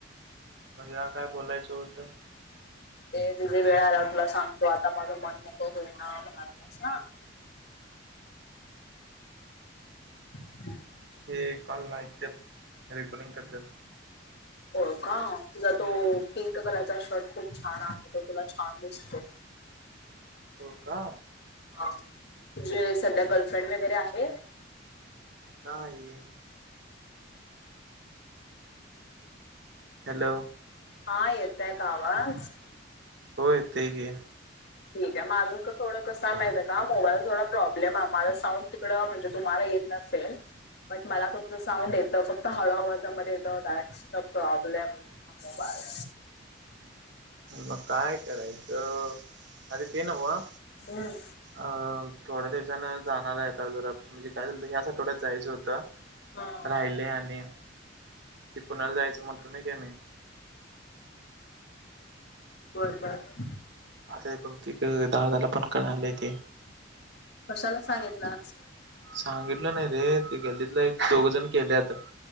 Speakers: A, on the right (about 60°); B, on the left (about 55°).
A: म्हंजे आता बोलायचं होतं
B: हे किती वेळा आला तुला सांगतो आता माझं मन मोकळं होई ना म्हणालतास नव्ह <inaudible>
A: ते कॉल ऐकत्यात रेकॉर्डींग करत्यात
B: हो का तुझा तो पी कलर चा शर्ट खूप छान आहे, तो तुला छान दिसतो.
A: हो का?
B: हा, तुझी सध्या गर्लफ्रेंड वगैरे आहे?
A: नाही. हॅलो.
B: हां येतंय का आवाज?
A: हो येतोय की.
B: ठीक हाय माझं तर थोडं कसं हाय माहीत का मोबाईल थोडा प्रॉब्लेम माझ साऊंड कड, म्हणजे तुम्हाला येत नसेल, पण मला तुमचं साऊंड येतं फक्त हळू आवाजामध्ये येतात दॅट्स द प्रॉब्लेम, मोबाईल
A: मग काय करायचं, अरे ते नव्ह
B: हम्म.
A: अ थोड्या दिवसांन जाणार आहे आता जरा म्हणजे काय झालंत ह्याच आठवड्यात जायचं होतं
B: मोबाईल
A: राहिले आणि ते पुण्याला जायचं म्हटलो नाही काय मी
B: वर्गात.
A: आता बहूतेक दादाला पण कळालेय ते.
B: कशाला सांगितलास
A: सांगितलं नाही रे ते गल्लीतलं एक, दोघ जणं गेलयेत.